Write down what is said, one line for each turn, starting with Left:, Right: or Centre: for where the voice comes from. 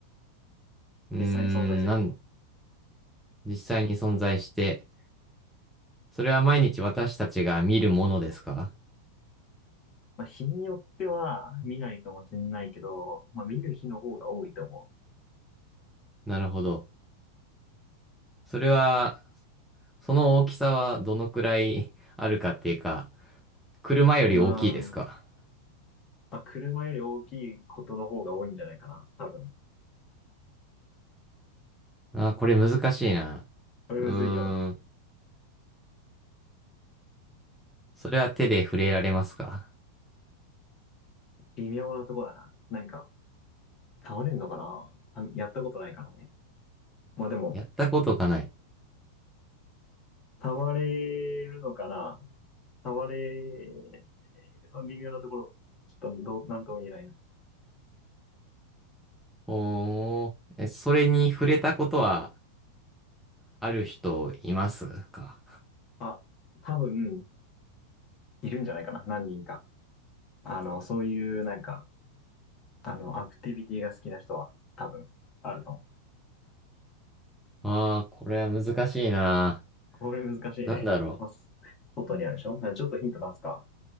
Centre: うーん、
Left: 実際に存在する。
Centre: なん、実際に存在して、それは毎日私たちが見るものですか
Left: まあ、日によっては見ないかもしれないけど、まあ、見る日の方が多いと思
Centre: なるほど。それは、その大きさはどのくらいあるかっていうか、車より大きいですか
Left: う。うーん。まあ、車より大きいことの方が多いんじゃないかな、多分。
Centre: あー、これ難しいな。
Left: これむずいよ。
Centre: うーん。それは手で触れられますか
Left: 微妙なとこだな。なんか、倒れんのかなたやったことないからね。まあでも、
Centre: やったことがない。
Left: 倒れるのかな倒れ、まあ微妙なところ。ちょっとどう、なんとも言えないな。
Centre: おー。え、それに触れたことはある人いますか
Left: あ、多分、いるんじゃないかな、何人か。あの、そういう、なんか、あの、アクティビティが好きな人は、多分、あると思う。
Centre: ああー、これは難しいな。
Left: これ難しいね。
Centre: なんだろう。
Left: まあ、す外にあるでしょちょっとヒント出すか。